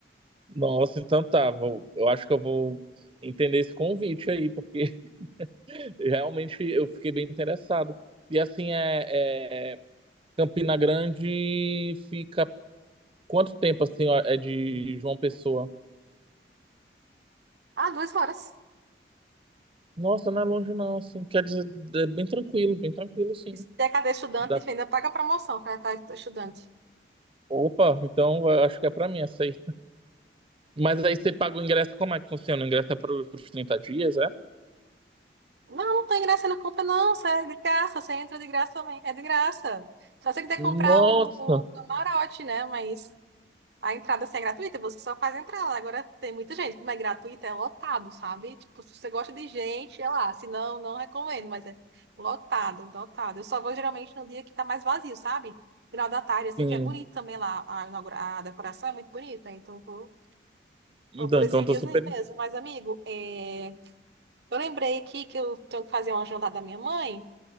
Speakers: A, on the right; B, on the right.
A: nossa, então tá, vou, eu acho que eu vou entender esse convite aí, porque <laughs> realmente eu fiquei bem interessado. E assim, é, é- Campina Grande fica quanto tempo, assim, ó, é de João Pessoa?
B: Ah, duas horas.
A: Nossa, não é longe não, assim, quer dizer, é bem tranquilo, bem tranquilo, sim.
B: E Se é cadê estudante,
A: Dá-
B: ainda paga a promoção para estar estudante.
A: Opa, então eu acho que é pra mim essa aí. Mas aí você paga o ingresso, como é que funciona? O ingresso é para os trinta dias, é?
B: Não, não tem graça, não compra, não. Você é de graça, você entra de graça também. É de graça. Só você quiser
A: Nossa,
B: comprar o, o camarote, né? Mas A entrada assim, é gratuita, você só faz entrar lá. Agora tem muita gente, como é gratuita, é lotado, sabe? Tipo, se você gosta de gente, é lá. Se não, não recomendo, mas é lotado, lotado. Eu só vou geralmente no dia que tá mais vazio, sabe? Final da tarde, assim,
A: sim.
B: que é bonito também lá. A, inaugura- a decoração é muito bonita, então vou,
A: Então,
B: vou por esses
A: então eu tô
B: dias
A: super.
B: aí mesmo. Mas, amigo, é, eu lembrei aqui que eu tenho que fazer uma jantada da minha mãe.